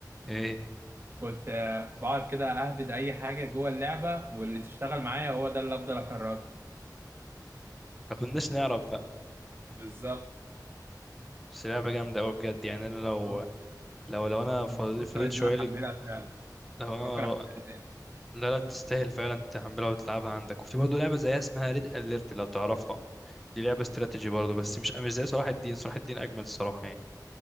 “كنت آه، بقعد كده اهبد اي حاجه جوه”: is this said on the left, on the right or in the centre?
Right